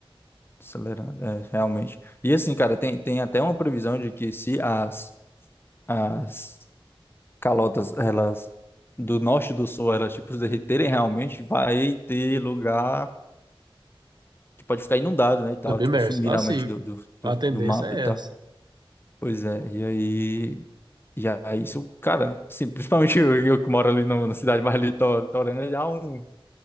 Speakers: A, on the left (about 25°); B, on the right (about 45°).
A: Acelerando, é, realmente. E assim, cara, tem, tem até uma previsão de que se as as calotas, elas do norte e do sul, elas tipo se derreterem realmente, vai ter lugar que pode ficar inundado, né, e tal,
B: Submerso.
A: tipo sumir
B: Assim,
A: realmente do, do, do,
B: a tendência
A: do mapa
B: é
A: e tal.
B: essa.
A: Pois é, e aí, e aí isso, cara, assim, principalmente <laughs> eu, eu que moro ali no- na cidade mais litor- litorânea, já um,